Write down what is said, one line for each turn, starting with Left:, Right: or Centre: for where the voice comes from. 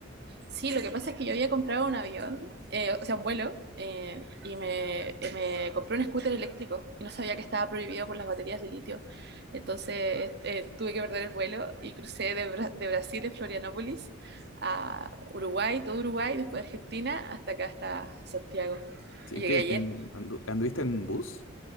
Right: Sí, lo que pasa es que yo había comprado un avión, eh, o sea, un vuelo, eh, y me, eh, me compré un scooter eléctrico y no sabía que estaba prohibido por las baterías de litio. Entonces eh, eh, tuve que perder el vuelo y crucé de, Bra- de Brasil, de Florianópolis, a Uruguay, todo Uruguay, después Argentina, hasta acá, hasta Santiago.
Left: Sí,
Right: Y
Left: ¿En
Right: llegué
Left: qué,
Right: ayer
Left: en, andu- anduviste en bus?